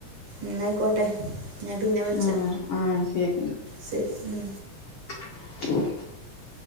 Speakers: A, on the right; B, on the left.
A: ഇന്നാ ആയിക്കോട്ടെ. ഞാൻ പിന്നെ വിളിച്ച.
B: ഉം ആഹ് ശരി
A: ശരി ഉം
B: <unintelligible>